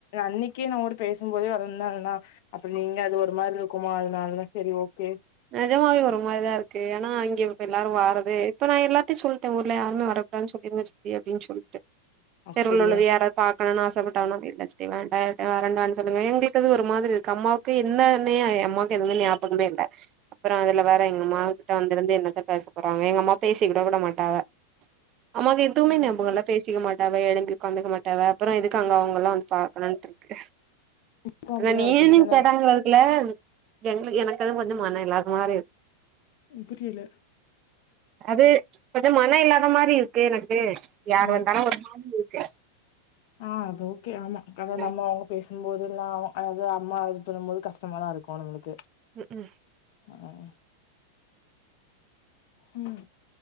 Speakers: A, on the left; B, on the right.
A: அன்னைக்கே நா உன்கூட பேசும்போதே வளந்தாங்கன்னா அப்ப நீங்க அது ஒரு மாதிரி இருக்குமா அதனாலதா சரி ஓகே
B: நெஜமாவே ஒரு மாரிதா இருக்கு ஏனா இங்க இப்ப எல்லாரும் வாறதே இப்ப நா எல்லார்ட்டையும் சொல்லிட்டே ஊர்ல யாருமே வர கூடாதுன் சொல்லிருங்க சித்தி அப்டின்னு சொல்லிட்டு
A: அப்படியா
B: தெருவுல உள்ளவ யாராவது பாக்கணுனுனு ஆசப்பட்டா வேணா அங்க இல்ல சித்தி வேண்டாம் வர வேண்டாம்னு சொல்லுங்க எங்களுக்கு இது ஒரு மாரி இருக்கு அம்மாவுக் அடுத்து என்னானே என் அம்மாக்கு எதுமே ஞாபகமே இல்ல அப்றோ அதுல வேற எங்கம்மா கிட்ட வந்திருந்து என்னத்த பேச போறாங்க எங்க அம்மா பேசிக்க கூட மாட்டாங்க ஆம்மாக்கு எதுமே
A: ம்
B: நியாபகம் இல்ல பேசிக்க மாட்டாவ எழும்பி உட்காந்துக்க மாட்டாவ அப்றோ எதுக்கு அங்க அவங்கல்லா வந்து பாக்கணுன்னு இருக்கு
A: இப்ப அப்படிதா
B: ஆனா நீம்
A: இருக்கு அப்படித்தான
B: கேட்டாங்கதுக்குல எங்களுக்கு எனக்கு அதுவும் கொஞ்ச மன இல்லாத மாரி
A: புரியல
B: அது கொஞ்சம் மனம் இல்லாத மாரி இருக்கு எனக்கு யார்
A: ம்
B: வந்தாலும் ஒரு மாதிரி இருக்கு
A: ஆ அது ஓகே ஆமா அது
B: ம்
A: நம்ம பேசும்போதல்லா அதாவது அம்மா இது பண்ணும் போது கஷ்டமாதா இருக்கும் நம்மளுக்கு
B: ம் ம்
A: ம் ம்